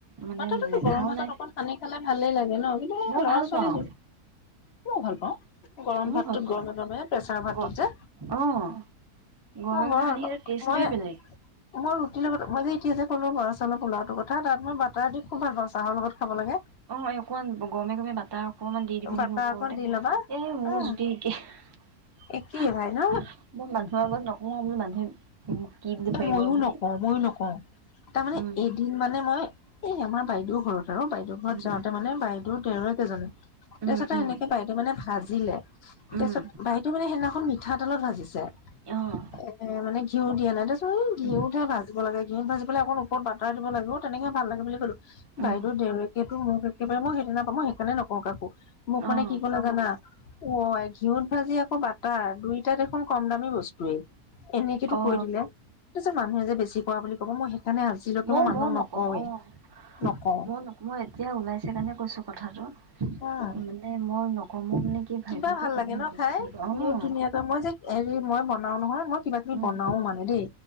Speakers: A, on the right (about 25°); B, on the left (about 55°).
A: মানে
B: বাটাৰটোতো
A: নেখাও
B: গৰম ভাতৰ
A: নাই
B: লগত সানি খালে ভালেই লাগে ন?
A: মই
B: ল'ৰা
A: ভাল
B: ছোৱালী
A: পাওঁ
B: ভাল পাওঁ গৰম
A: ময়ো
B: ভাতটোত
A: ভাল পাওঁ
B: গৰমে গৰমে প্ৰেছাৰ ভাতটোত
A: গ
B: যে
A: অঁ গৰমে
B: মই
A: গৰমে সানি
B: ঘ
A: সেইটো টেষ্টটোৱে
B: মই
A: বেলেগ
B: মই ৰুটিৰ লগত <unintelligible> মোৰ ল'ৰাটো ক'ত কথা তাত মই বাটাৰ দি খুব ভাল পাওঁ চাহৰ লগত খাব লাগে
A: অ এ, অকণমান গৰমে-গৰমে বাটাৰ অকণমান দি দিব
B: বাটাৰ
A: লাগে ওপৰতে।
B: অকণ দি ল'বা
A: এ, মোৰ
B: হা
A: জুতি একে। মই
B: একেই ভাই ন
A: মানুহৰ আগত নকওঁ, বোলো মানুহে <inaudible>
B: এ, মইয়ো
A: বুলি
B: নকওঁ। মইয়ো নকওঁ। তাৰমানে,
A: উম
B: এদিন, মানে, মই এই আমাৰ বাইদেউ ঘৰত আৰু বাইদেউ ঘৰত
A: উম।
B: যাওঁতে, মানে, বাইদেউৰ দেৱৰেক এজনে।
A: উম,
B: তাৰপিছতে
A: উম,
B: এনেকে বাইদেউ, মানে, ভাজিলে।
A: উম,
B: তাৰপিছত বাইদেউ, মানে, সেইদিনাখন মিঠাতেলত ভাজিছে।
A: অ',
B: এ, মানে ঘিও দিয়া নাই ত এই ঘিঁউতহে
A: উম,
B: ভাজিব লাগে ঘিঁউত ভাজিবেলে অকণ ওপৰত বাটাৰ দিব লাগিব। তেনেকে ভাল লাগে বুলি ক'লো। বাইদেউ
A: উম,
B: দেউৰেকে মোক একেবাৰে মই সেইদিনা সেইকাৰণে নকওঁ কাকো। মোৰখনে
A: অ',
B: কি ক'লে জানা? অ', আই ঘিউত ভাজি আকৌ বাটাৰ দুইটা দেখোন কম দামী বস্তুৱে। এনেকেটো
A: অ'।
B: কৈ দিলে। মানুহে যে বেছি কৰা বুলি ক'ব মই সেই সেইকাৰণে আজিলৈকে
A: ময়ো
B: মই মানুহক
A: ময়ো নকওঁ
B: নকওঁৱেই
A: অ',
B: নকওঁ
A: ময়ো নকওঁ মই এতিয়া ওলাইছে কাৰণে কৈছো কথাটো।
B: অ',
A: মানে মই নকওঁ মই মানে কি ভাবিব
B: কিবা
A: কি
B: ভাল
A: মানে
B: লাগে ন
A: বেছি
B: খাই।
A: অ',
B: ইমান ধুনীয়াকৈ মই যে হেৰি মই বনাও নহয়। কিবা কিবি
A: উম,
B: বনাও মানে দেই।